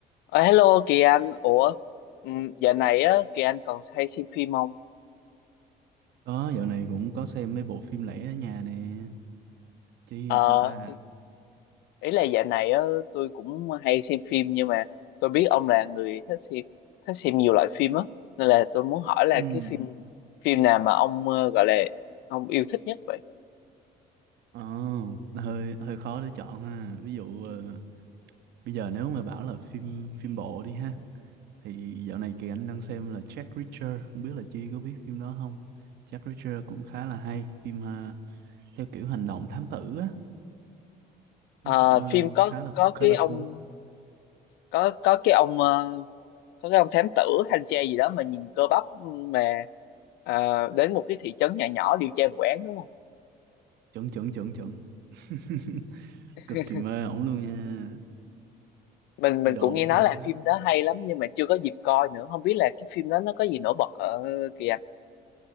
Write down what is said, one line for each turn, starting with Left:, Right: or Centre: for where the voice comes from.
Left: Ờ, hello Kỳ Anh, ủa ừm, dạo này á Kỳ Anh còn hay xem phim không?
Right: Có, dạo này cũng có xem mấy bộ phim lẻ ở nhà nè. Chứ
Left: Ờ
Right: sao ta?
Left: thì ý là dạo này á tôi cũng hay xem phim nhưng mà tôi biết ông là người thích xem thích xem nhiều loại phim á nên là tôi muốn hỏi là
Right: Ừ.
Left: cái phim phim nào mà ông ờ, gọi là ông yêu thích nhất vậy?
Right: Ồ, hơi hơi khó để chọn ha. Ví dụ ờ, bây giờ nếu mà bảo là phim phim bộ đi ha thì dạo này Kỳ Anh đang xem là Jack Reacher, không biết là Chi có biết phim đó không? Jack Reacher cũng khá là hay, phim ờ, theo kiểu hành động thám tử á, nó
Left: Ờ,
Right: cũng ờ,
Left: phim có
Right: khá là
Left: có
Right: khá
Left: cái
Right: là
Left: ông
Right: cuốn.
Left: có có cái ông ờ, có cái ông thám tử thanh tra gì đó mà nhìn cơ bắp mà ờ, đến một cái thị trấn nhỏ nhỏ điều tra vụ án đúng không?
Right: Chuẩn chuẩn chuẩn chuẩn. <laughs>
Left: <laughs>
Right: Cực kỳ mê ổng luôn nha.
Left: mình mình
Right: Idol
Left: cũng nghe
Right: của
Left: nói
Right: tôi
Left: là phim đó hay lắm nhưng mà chưa có dịp coi nữa không biết là cái phim đó nó có gì nổi bật ở kìa